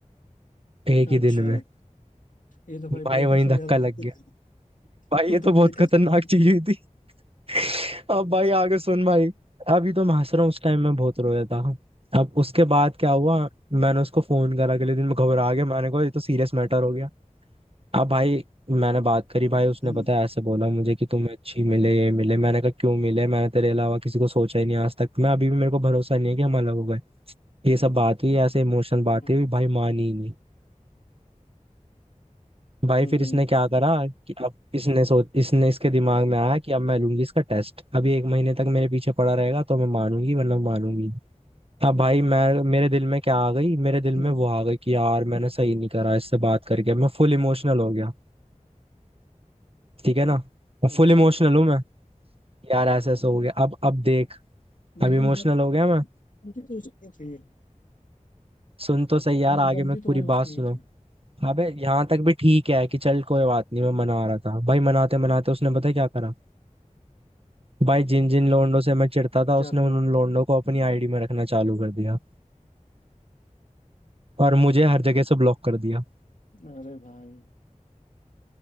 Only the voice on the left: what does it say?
अच्छा,
ये तो भाई
ब्रेकअप
से
भी ज्यादा
हाथी
<laughs>
ये
तो
ब्रेकअप
से भी ज्यादा
हम्म
<laughs>
हम्म
हम्म,
हम्म,
अच्छा
लेकिन
गलती तो उसकी थी
लेकिन
गलती
तो
भाई उसकी
ही थी
क्या
करा
अरे भाई